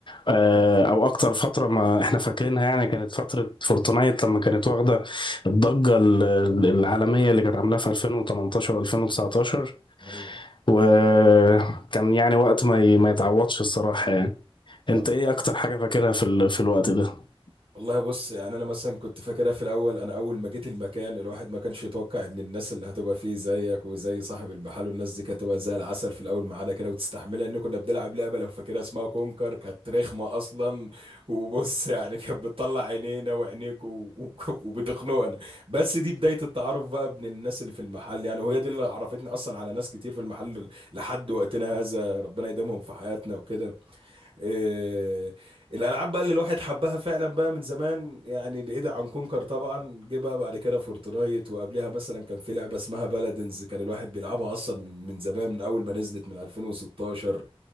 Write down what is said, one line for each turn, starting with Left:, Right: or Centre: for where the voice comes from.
Left: آه، او اكتر فتره ما احنا فاكرينها يعني كانت فتره فورتنايت لما كانت واخده الضجه ال- العالميه اللي كانت عاملاها في 2018 و2019
Right: آه. ايوه
Left: وكان يعني وقت ما ي- ما يتعوضش الصراحة يعني
Right: اه
Left: انت ايه اكتر حاجة فاكرها في ال... في الوقت ده
Right: والله بص يعني انا مثلا كنت فاكرها في الاول انا اول ما جيت المكان الواحد ما كانش يتوقع ان الناس اللي هتبقى فيه زيك وزي صاحب المحل والناس دي كانت هتبقى زي العسل في الاول معانا كده وتستحملها ان كنا بنلعب لعبه لو فاكرها اسمها كونكر كانت رخمه اصلا وبص يعني كانت بتطلع عينينا وعينيك و... و... وبتخنقنا بس دي بدايه التعارف بقى بين الناس اللي في المحل يعني وهي دي اللي عرفتني اصلا على ناس كتير في المحل لحد وقتنا هذا ربنا يديمهم في حياتنا وكده آه، الالعاب بقى اللي الواحد حبها فعلا بقى من زمان يعني بعيدة عن كونكر طبعا جه بقى بعد كده فورتنايت وقبلها مثلا كان في لعبة اسمها بلادنز كان الواحد بيلعبها اصلا من من زمان من اول ما نزلت من 2016